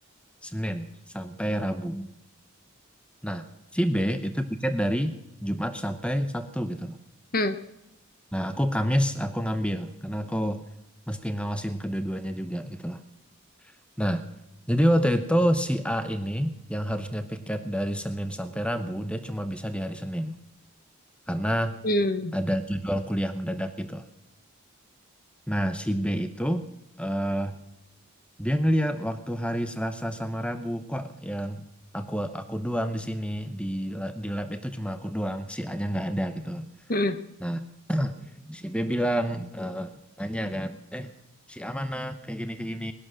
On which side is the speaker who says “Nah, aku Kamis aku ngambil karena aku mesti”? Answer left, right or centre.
Centre